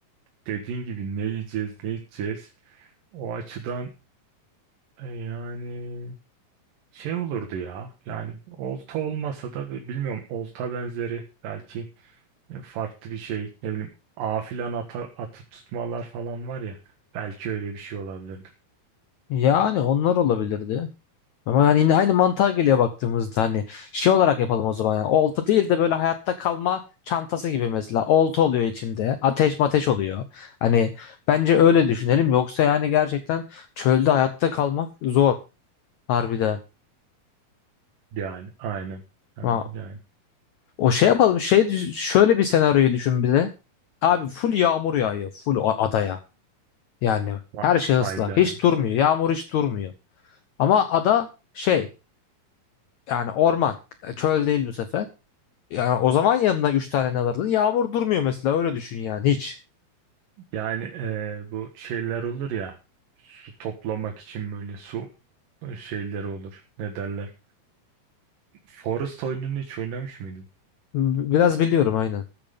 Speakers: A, on the right; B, on the left.
A: dediğin gibi ne yiyeceğiz, ne içeceğiz. O açıdan e, yani şey olurdu ya. Yani olta olmasa da ve bilmiyorum olta benzeri belki e, farklı bir şey. Ne bileyim ağ filan ata, atıp tutmalar falan var ya. Belki öyle bir şey olabilirdi.
B: yani onlar olabilirdi. Ama yani yine aynı mantığa geliyor baktığımızda hani şey olarak yapalım o zaman yani olta değil de böyle hayatta kalma çantası gibi mesela olta oluyor içinde ateş mateş oluyor. Hani bence öyle düşünelim yoksa yani gerçekten çölde hayatta kalmak zor harbiden.
A: Yani aynen. Hem
B: Ama
A: de yani
B: o şey yapalım şey düş- şöyle bir senaryoyu düşün bir de. Abi full yağmur yağıyor full a- adaya. Yani
A: ha-
B: her şey ıslak.
A: hayda.
B: Hiç durmuyor. Yağmur hiç durmuyor. Ama ada şey yani orman. e, Çöl değil bu sefer. Yani o zaman yanına 3 tane ne alırdın? Yağmur durmuyor mesela öyle düşün yani hiç.
A: Yani e, bu şeyler olur ya. Su toplamak için böyle su e, şeyleri olur. Ne derler? Forest oyununu hiç oynamış mıydın?
B: B- Biraz biliyorum aynen.